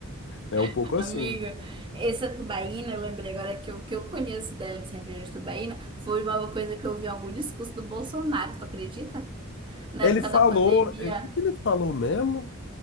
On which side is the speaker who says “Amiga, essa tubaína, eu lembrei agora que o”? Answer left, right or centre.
Right